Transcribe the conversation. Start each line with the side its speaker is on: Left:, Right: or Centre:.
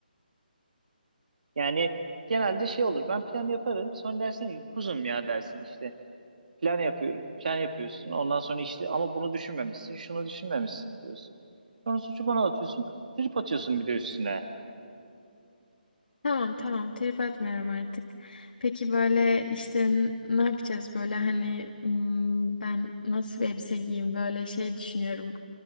Right: Yani genelde şey olur. Ben plan yaparım. Sonra dersin ki kuzum ya dersin işte. Plan yapıyor, plan yapıyorsun. Ondan sonra işte ama bunu düşünmemişsin, şunu düşünmemişsin diyorsun. Sonra suçu bana atıyorsun, trip atıyorsun bir de üstüne.
Left: Tamam tamam trip atmıyorum artık. Peki böyle işte n- ne yapacağız böyle hani hmm, ben nasıl bir elbise giyeyim böyle şey düşünüyorum.